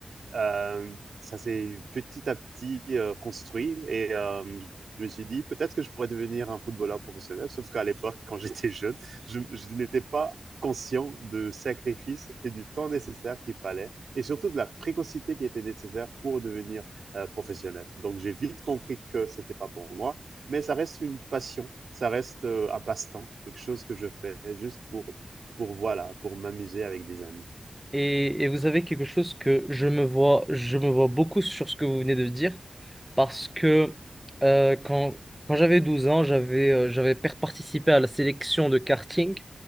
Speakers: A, on the right (about 85°); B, in the centre.
A: euh, ça s'est petit à petit euh, construit et euh, je me suis dit peut-être que je pourrais devenir un footballeur professionnel. Sauf qu'à l'époque, quand <laughs> j'étais jeune, je, je n'étais pas conscient du sacrifice et du temps nécessaire qu'il fallait et surtout de la précocité qui était nécessaire pour devenir euh, professionnel. Donc j'ai vite compris que c'était pas pour moi, mais ça reste une passion, ça reste euh, un passe-temps, quelque chose que je fais juste pour pour voilà, pour m'amuser avec des amis.
B: Et, et vous avez quelque chose que je me vois, je me vois beaucoup sur ce que vous venez de dire, parce que euh, quand, quand j'avais 12 ans, j'avais euh, j'avais per- participé à la sélection de karting